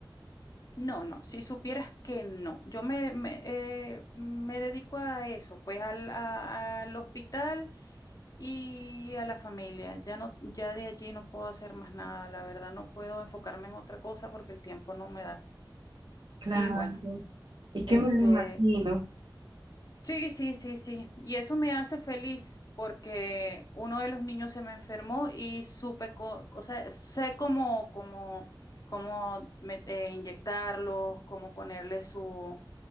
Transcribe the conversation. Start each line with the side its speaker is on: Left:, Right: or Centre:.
Left: No, no, si supieras que no. Yo me, me, eh, me dedico a eso, pues al, a- al hospital y a la familia. Ya no, ya de allí no puedo hacer más nada, la verdad no puedo enfocarme en otra cosa porque el tiempo no me da.
Right: Claro,
Left: Y bueno,
Right: es que
Left: este,
Right: me lo imagino.
Left: sí, sí, sí, sí. Y eso me hace feliz porque uno de los niños se me enfermó y supe, co- o sea, sé cómo, cómo, cómo me- eh, inyectarlos, cómo ponerle su